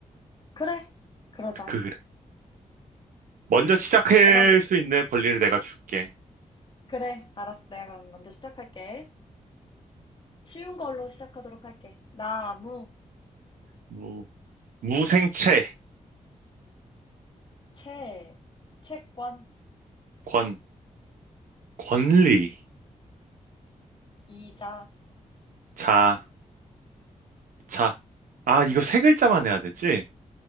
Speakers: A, on the left; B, on the right.
A: 그래, 그러자.
B: 그래. 먼저 시작할
A: 내가,
B: 수 있는 권리를 내가 줄게.
A: 그래, 알았어. 내가 그럼 먼저 시작할게. 쉬운 걸로 시작하도록 할게. 나무,
B: 무 무생채
A: 채, 채권,
B: 권 권리
A: 이자,
B: 자 자. 아 이거 세 글자만 해야 되지?